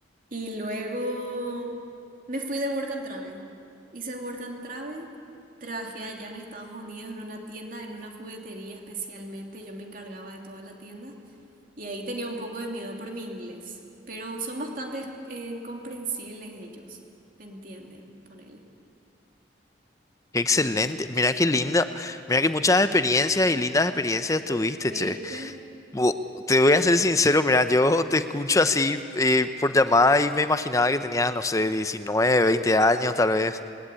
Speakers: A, on the right (about 45°); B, on the left (about 15°).
A: Y luego me fui de Work and Travel. Hice Work and Travel. Trabajé allá en Estados Unidos en una tienda, en una juguetería especialmente. Yo me encargaba de toda la tienda. Y ahí tenía un poco de miedo por mi inglés, pero son bastante eh, comprensibles ellos, me entienden, ponele.
B: Qué excelente. Mira qué linda. Mira que muchas experiencias y lindas experiencias tuviste,
A: ¿Viste?
B: che. Bu- te voy a ser sincero, mira, yo te escucho así eh, por llamada y me imaginaba que tenías, no sé, 19, 20 años tal vez.